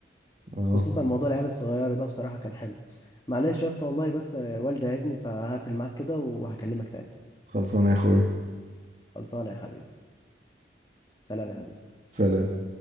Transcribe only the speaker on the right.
اه
خلصانه يا اخويا
سلام